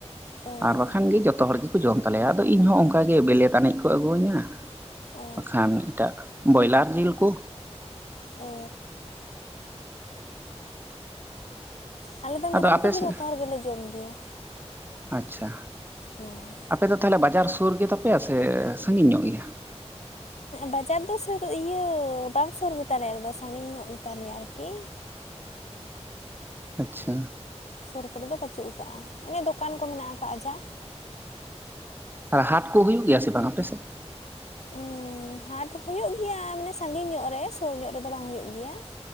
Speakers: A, on the left; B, on the right.
A: ᱚᱻ
B: ᱵᱟᱠᱷᱟᱱ ᱫᱚ ᱡᱚᱛᱚ ᱦᱚᱲ ᱜᱮᱠᱚ ᱡᱚᱢ ᱛᱟᱞᱮᱭᱟ, ᱟᱫᱚ ᱤᱧ ᱦᱚᱸ ᱚᱱᱠᱟ ᱜᱮ ᱵᱮᱞᱮ ᱛᱟᱹᱱᱤᱡ ᱠᱚ ᱟᱹᱜᱩᱧᱟ᱾
A: ᱚ
B: ᱵᱟᱠᱷᱟᱱ ᱮᱴᱟᱜ ᱵᱚᱭᱞᱟᱨ ᱡᱤᱞ ᱠᱚ᱾
A: ᱚᱻ ᱟᱞᱮ ᱫᱚ ᱢᱮᱨᱟᱢ
B: ᱟᱫᱚ ᱟᱯᱮ
A: ᱡᱤᱞ ᱫᱚ
B: ᱥᱮᱫ
A: ᱡᱷᱚᱛᱚ ᱦᱚᱲ ᱜᱮᱞᱮ ᱡᱚᱢ ᱜᱮᱭᱟ᱾
B: ᱟᱪᱪᱷᱟ
A: ᱦᱳᱭ᱾
B: ᱟᱯᱮ ᱫᱚ ᱛᱟᱦᱚᱞᱮ ᱵᱟᱡᱟᱨ ᱥᱩᱨ ᱜᱮ ᱛᱟᱯᱮᱭᱟ ᱥᱮ ᱥᱟᱺᱜᱤᱧ ᱧᱚᱜ ᱜᱮᱭᱟ?
A: ᱵᱟᱡᱟᱨ ᱫᱚ ᱥᱩᱨ ᱤᱭᱟᱹ ᱵᱟᱝ ᱥᱩᱨ ᱜᱮ ᱛᱟᱞᱮᱭᱟ ᱟᱞᱮ ᱫᱚ ᱥᱟᱺᱜᱤᱧ ᱧᱚᱜ ᱜᱮ ᱛᱟᱞᱮᱭᱟ ᱟᱨᱠᱤ᱾
B: ᱟᱪᱪᱷᱟ
A: ᱥᱳᱨ ᱠᱚᱨᱮ ᱫᱚ ᱵᱟᱪᱩᱜ ᱟᱠᱟᱜᱼᱟ, ᱚᱱᱮ ᱫᱚᱠᱟᱱ ᱠᱚ ᱢᱮᱱᱟᱜ ᱟᱠᱟᱫᱼᱟ ᱡᱟ᱾
B: ᱟᱨ ᱦᱟᱴ ᱠᱚ ᱦᱩᱭᱩᱜ ᱜᱮᱭᱟ ᱥᱮ ᱵᱟᱝ ᱟᱯᱮᱥᱮᱫ?
A: ᱮᱸ ᱦᱟᱴ ᱦᱩᱭᱩᱜ ᱜᱮᱭᱟ ᱢᱟᱱᱮ ᱥᱟᱺᱜᱤᱧ ᱧᱚᱜ ᱨᱮ ᱥᱩᱨ ᱧᱚᱜ ᱨᱮᱫᱚ ᱵᱟᱝ ᱦᱩᱭᱩᱜ ᱜᱮᱭᱟ᱾